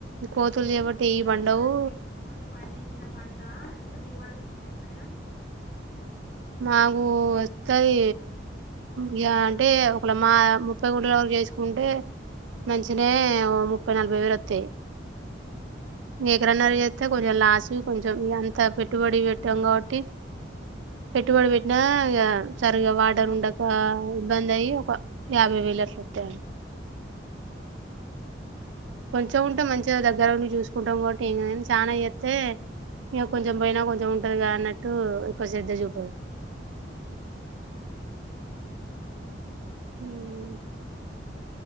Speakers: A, on the right (about 80°); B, on the left (about 55°).
A: కోతులు చేబట్టి ఏవి
B: ఎంత
A: పండవు
B: వస్తుంది మీకు పంట పండించిన పంట ఎంత దిగుబడి వస్తుంది ఎప్పుడైనా
A: మాకు వస్తది ఇగ అంటే ఒకళ మా ముప్పై ముఠాల వరకు చేసుకుంటే మంచినీ
B: ఆ
A: ఓ ముప్పై నలభై వేల్ తే అక్రేనర్ర చేస్తే కొంచెం లాస్ కొంచెం అంత పెట్టుబడి పెట్టాం కాబట్టి పెట్టుబడి పెట్టినా ఇగ సరిగ్గా వాటర్ ఉండక ఇబ్బంది అయ్యి ఒక యాభై వేలు అట్ల వత్తయండి కొంచం ఉంటే మంచిగ దగ్గర ఉండి చూసుకుంటాం కాబట్టి ఏం చాణ చేతే ఇగ కొంచెం పోయిన కొంచం ఉం దిగా అన్నట్టు ఎక్కువ శ్రద్ధ చూపదు హ్మ్